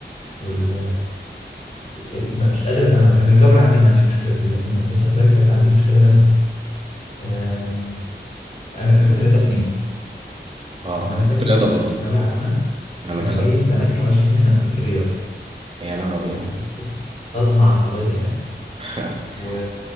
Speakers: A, on the left; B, on the right.
A: وال... ال- ما مش قادر افهمها كان الجبر عندي ما عنديش مشكله فيه لكن الهندسه الفراغيه كانت عندي مشكله جامده آم، انا أنا كنت رياضه اتنين
B: اه
A: يعني
B: أنا
A: انا فاكر
B: كنت رياضة
A: كانت
B: برضو
A: ثانويه عامه
B: أنا
A: انا
B: دخلت
A: جايب 28 من 50 في الرياضه
B: يا نهار أبيض
A: يعني كنت بص، صدمه عصبيه يعني
B: <laughs>
A: و...